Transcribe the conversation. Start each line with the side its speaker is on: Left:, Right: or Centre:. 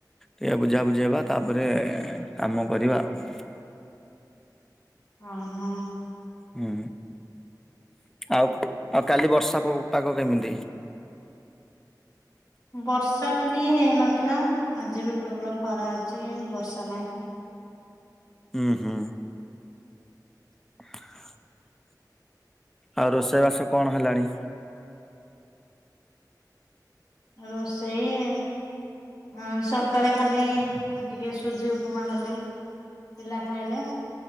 Centre: ଟିକେ ବୁଝା ବୁଝି ହେବା ତାପରେ କାମ କରିବା ଆଉ।
Left: ହଁ, ହଁ।
Centre: ହୁଁ, ଆଉ ଆଉ କାଲି ବର୍ଷା ପ-ପାଗ କେମିତି?
Left: ବର୍ଷା କାଲି ହେଇନଥିଲା। ଆଜି ବି ପ୍ରବଳ ଖରା ଅଛି। ବର୍ଷା ନାହିଁ।
Centre: ହୁଁ, ହୁଁ। <inaudible> ଆଉ ରୋଷେଇବାସ କଣ ହେଲାଣି?
Left: ରୋଷେଇ ଅଁ, ସକାଳେ ଖାଲି ଟିକେ ସୁଜି ଉପମା କଲି। ପିଲା ଖାଇଲେ।